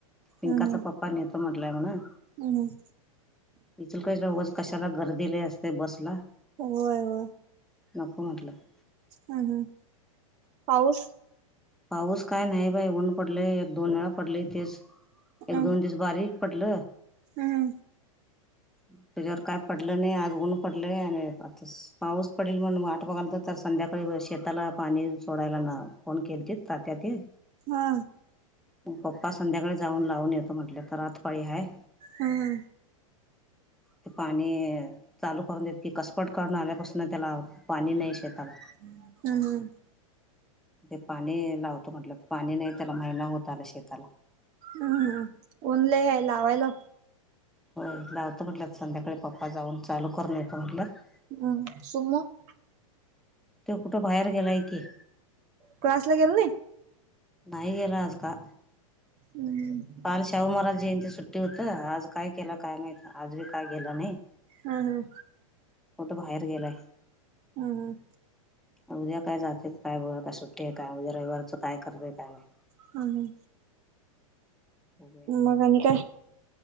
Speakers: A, on the right; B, in the centre.
A: हम्म
B: पिंकाचा
A: हम्म
B: पप्पा पाणी येत म्हटलंय म्हणे.
A: हम्म.
B: इचल का रज कशाला गर्दीला लई असते बसला.
A: होय. होय.
B: नको म्हटलं.
A: हम् हम्. पाऊस?
B: पाऊस काय नाही बाई. ऊन पडलय. एक दोन वेळा पडलय तेच. एक
A: हम्म
B: दोन दिस- बारीक पडल.
A: हम्म.
B: त्याच्यावर काय पडलं नाही. आज उन पडलंय आणि <unintelligible> पाऊस पडेल म्हणून वाट बघायल तर तर संध्याकाळी शेताला पाणी सोडायला मिळालं. फोन केल ते तात्या ते.
A: हा.
B: मग पप्पा संध्याकाळी जाऊन लावून येतो म्हटले. तर रातपाळी हाय.
A: हम्म.
B: ते पाणी चालू करून देत की कसपट करून आल्यापासून त्याला पाणी नाही शेताला.
A: हम् हम्.
B: ते पाणी लावतो म्हटलं. पाणी नाही त्याला महिना होत आला शेताला.
A: हम्म. ऊन लय हाय लावायला.
B: होय. लावतो म्हटलं संध्याकाळी पप्पा जाऊन चालू करून येत म्हटल्यात.
A: हम. सम <unintelligible>
B: तो कुठं बाहेर गेलाय की.
A: क्लास ला गेला नाही?
B: नाही गेला आज का.
A: हम्म.
B: काल शाहू महाराज जयंती सुट्टी होत. आज काय केला काय माहीत आज बी काय गेला नाही.
A: हा हम.
B: कुट बाहेर गेलाय.
A: हम हम.
B: उद्या काय जाते काय बोल काय सुट्टी आहे काय उद्या रविवारचं काय करतय काय माहीत.
A: हं.
B: बघूया
A: मग आणि काय?